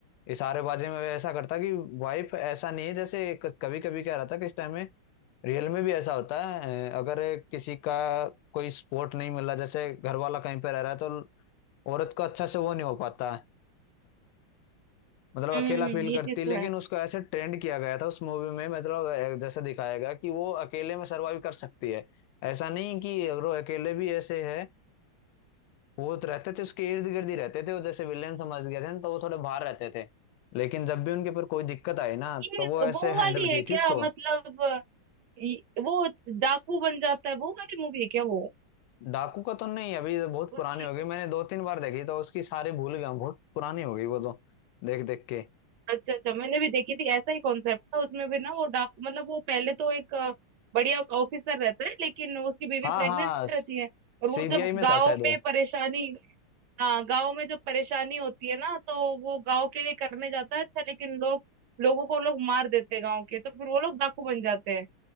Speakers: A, on the left; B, on the right.
A: इशारेबाजी में वो ऐसा करता कि वाइफ ऐसा नहीं है जैसे कभी कभी क्या रहता कि इस टाइम में रियल में भी ऐसा होता है अ, अगर किसी का कोई सपोर्ट नहीं मिला जैसे घर वाला कहीं पे रह रहा है तो औरत को अच्छा से वो नहीं हो पाता है मतलब
B: हम्म,
A: अकेला
B: हम्म,
A: फील
B: ये
A: करती
B: चीज
A: है,
B: तो
A: लेकिन
B: है
A: उसको ऐसे ट्रेंड किया गया था उस मूवी में मतलब अ, जैसे दिखाया गया कि वो अकेले में सर्वाइव कर सकती है ऐसा नहीं कि अगर वो अकेले भी ऐसे है वो तो रहते थे उसके इर्द गिर्द ही रहते थे वो जैसे विलेन समझ गए थे ना, तो वो थोड़े बाहर रहते थे लेकिन जब भी उनके पर कोई दिक्कत आई ना
B: ये
A: तो वो ऐसे
B: वो वाली
A: हैंडल की
B: है
A: थी
B: क्या
A: उसको
B: मतलब अ, ये- वो डाकू बन जाता है वो वाली मूवी है क्या वो
A: डाकू का तो नहीं अभी तो बहुत पुरानी
B: उसकी
A: हो गई मैंने दो तीन बार देखी तो उसकी सारी भूल गया हूँ, बहुत पुरानी हो गई वो तो देख देख के
B: अच्छा अच्छा मैंने भी देखी थी ऐसा ही कॉन्सेप्ट था उसमें भी ना वो डाकू मतलब वो पहले तो एक अ, बढ़िया ऑफिसर रहता है लेकिन उसकी बीवी
A: हाँ
B: प्रेग्नेंट
A: हाँ
B: रहती है और
A: सीबीआई
B: वो जब
A: में
B: गांव
A: था शायद वो
B: में परेशानी हाँ गांव में जब परेशानी होती है ना तो वो गांव के लिए करने जाता है अच्छा लेकिन लोग लोगों को लोग मार देते हैं गांव के तो फिर वो लोग डाकू बन जाते हैं